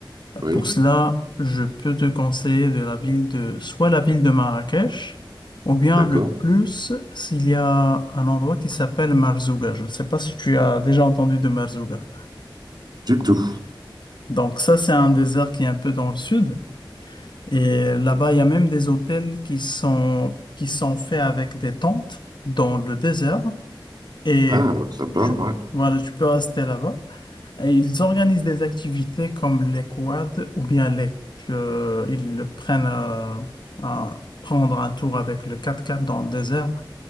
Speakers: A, on the left; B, on the right.
A: bah,
B: Oui,
A: pour cela, je peux te conseiller de la ville de, soit la ville de Marrakech, ou bien
B: d'accord.
A: le plus, s'il y a un endroit qui s'appelle Marzouga. Je ne sais pas si tu as déjà entendu de Marzouga.
B: Du tout.
A: Donc ça, c'est un désert qui est un peu dans le sud. Et là-bas, il y a même des hôtels qui sont, qui sont faits avec des tentes dans le désert. Et
B: Ah, sympa,
A: tu,
B: ouais.
A: voilà, tu peux rester là-bas. Et Ils organisent des activités comme les quads ou bien les, euh, ils prennent euh, un- prendre un tour avec le 4x4 dans le désert.